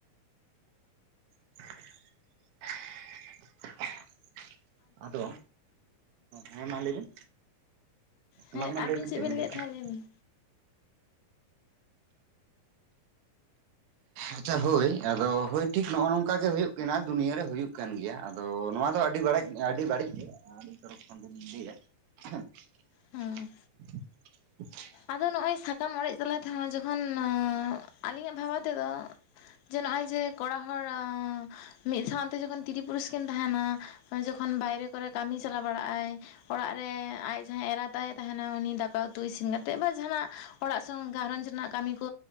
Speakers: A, on the right; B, on the left.
A: <unintelligible> ᱟᱫᱚ ᱦᱮᱸ ᱢᱟ ᱞᱟᱹᱭ ᱵᱤᱱ,
B: ᱦᱮᱸ
A: ᱢᱟ ᱢᱟ
B: ᱟᱹᱵᱤᱱ
A: ᱞᱟᱹᱭᱵᱤᱱ
B: ᱪᱮᱫ
A: ᱪᱮᱜ ᱵᱤᱱ ᱞᱟᱹᱭᱮᱫ ᱛᱟᱦᱮᱸᱫ?
B: ᱞᱟᱹᱭ ᱵᱤᱱ
A: ᱟᱪᱪᱷᱟ ᱦᱳᱭ ᱟᱫᱚ ᱦᱳᱭ ᱴᱷᱤᱠ ᱱᱚᱜᱼᱚ ᱱᱚᱝᱠᱟ ᱜᱮ ᱦᱳᱭᱳᱜ ᱠᱟᱱᱟ ᱫᱩᱱᱤᱭᱟᱹ ᱨᱮ ᱦᱩᱭᱩᱜ ᱠᱟᱱ ᱜᱮᱭᱟ ᱟᱫ ᱛᱚ ᱱᱚᱣᱟ ᱫᱚ ᱟᱹᱰᱤ ᱰᱟᱲᱮᱡ ᱟᱹᱰᱤ ᱵᱟᱹᱲᱤᱡ ᱜᱮ ᱟᱹᱞᱤᱧ ᱛᱚᱨᱚᱯᱷ ᱠᱷᱚᱱ ᱫᱚᱞᱤᱧ ᱞᱟᱹᱭ-ᱟ᱾ <unintelligible>
B: ᱦᱮᱸ ᱟᱫᱚ ᱱᱚᱜᱼᱚᱭ ᱥᱟᱠᱟᱢ ᱚᱲᱮᱡ ᱛᱟᱞᱟ ᱛᱮᱦᱚᱸ ᱡᱚᱠᱷᱚᱱ ᱱᱟᱜᱻ, ᱟᱹᱞᱤᱧᱟᱜ ᱵᱷᱟᱵᱟ ᱛᱮᱫᱚ ᱡᱮ ᱱᱚᱜᱼᱚᱭ ᱡᱮ ᱠᱚᱲᱟ ᱦᱚᱲ ᱢᱤᱫ ᱥᱟᱶᱛᱮ ᱡᱚᱠᱷᱚᱱ, ᱛᱤᱨᱤ ᱯᱩᱨᱩᱥ ᱠᱤᱱ ᱛᱟᱦᱮᱱᱟ ᱡᱚᱠᱷᱚᱱ ᱵᱟᱭᱨᱮ ᱠᱚᱨᱮ ᱠᱟᱹᱢᱤ ᱪᱟᱞᱟᱣ ᱵᱟᱲᱟᱜ ᱟᱭ, ᱚᱲᱟᱜ ᱨᱮ ᱟᱡ ᱡᱟᱦᱟᱸᱭ ᱮᱨᱟ ᱛᱟᱭ ᱛᱟᱦᱮᱱᱟ ᱩᱱᱤ ᱫᱟᱠᱟ ᱩᱛᱩ ᱤᱥᱤᱱ ᱠᱟᱛᱮᱫ ᱛᱮᱜ ᱵᱟ ᱡᱟᱦᱟᱱᱟᱜ ᱚᱲᱟᱜ ᱥᱚᱝ ᱜᱷᱟᱨᱚᱸᱡᱽ ᱨᱮᱱᱟᱜ ᱠᱟᱹᱢᱤ ᱠᱚ